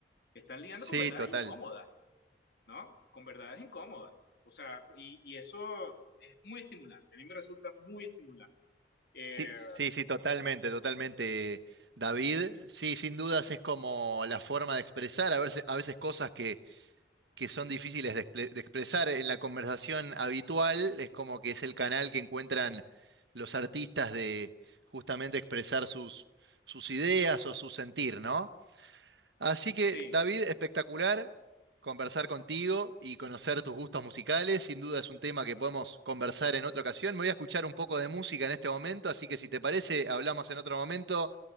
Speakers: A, on the left; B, on the right.
A: están lidiando
B: Sí,
A: con verdades
B: total.
A: incómodas, ¿no? Con verdades incómodas. O sea, y, y eso es muy estimulante, a mí me resulta muy estimulante. Eh,
B: Sí, sí, sí, totalmente, totalmente. David, sí, sin dudas es como la forma de expresar, a veces, a veces cosas que, que son difíciles de, expre- de expresar en la conversación habitual, es como que es el canal que encuentran los artistas de justamente expresar sus, sus ideas o su sentir, ¿no? Así que,
A: sí,
B: David, espectacular conversar contigo y conocer tus gustos musicales. Sin duda es un tema que podemos conversar en otra ocasión. Me voy a escuchar un poco de música en este momento, así que si te parece, hablamos en otro momento